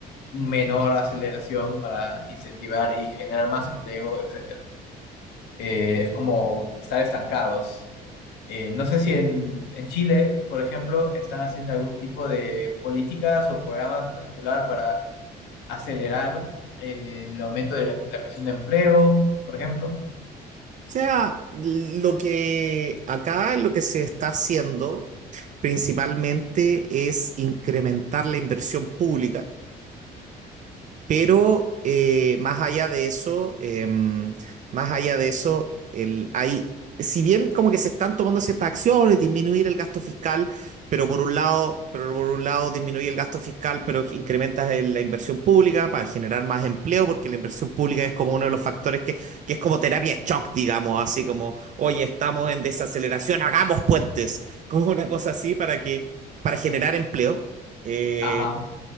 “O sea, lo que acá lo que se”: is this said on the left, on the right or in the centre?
Right